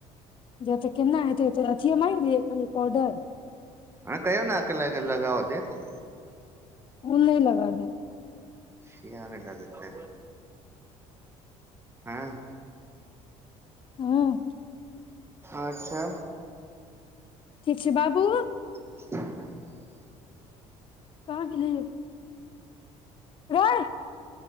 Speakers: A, on the left (about 40°); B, on the right (about 20°).
A: या त केना हेतय मंगि दियै ऑर्डर
B: अ कहि ल लगावो देत
A: वहिं लगा देलिए
B: किया ने लगते ऐं
A: हँ
B: अच्छा
A: ठीक छै बाबू
B: <unintelligible>
A: कहाँ गेलिलेय रेय